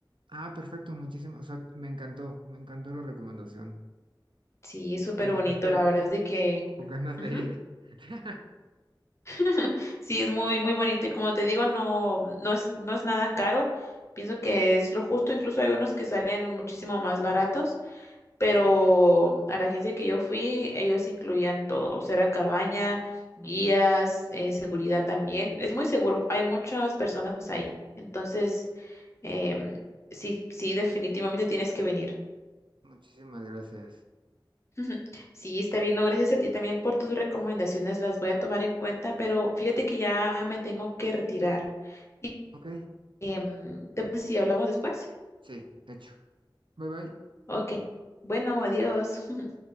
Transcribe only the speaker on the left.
Sí, es súper
bonito, la verdad es de que...
Ujú.
<laughs> Sí, es muy, muy bonito y como te digo, no, no es, no es nada caro. Pienso que es lo justo, incluso hay unos que salen muchísimo más baratos. pero
a la agencia que yo fui, ellos incluían todo, o sea, era cabaña, guías, eh, seguridad también. Es muy seguro, hay muchas personas ahí. Entonces, em, sí, sí, definitivamente tienes que venir.
<laughs> Ujú. Sí, está
bien, no, gracias a ti también por tus recomendaciones, las voy a tomar en cuenta, pero fíjate que ya me tengo que retirar. Y,
em, ¿te parece si hablamos después?
Ok, bueno, adiós. <laughs>